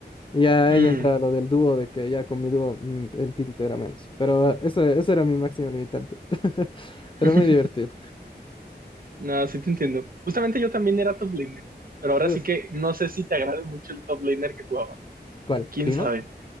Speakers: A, on the left; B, on the right.
A: Y ya
B: ujú,
A: ahí entra lo del dúo, de que ya con mi dúo mm, el tilt era menos. Pero eh, eso, eso era mi máximo limitante. <laughs> Pero
B: mm,
A: muy divertido.
B: No, sí te entiendo. Justamente yo también era top laner, pero ahora
A: Uh,
B: sí que no sé si te agrade mucho el top laner que jugaba.
A: ¿Cuál?
B: ¿Quién
A: ¿Timo?
B: sabe?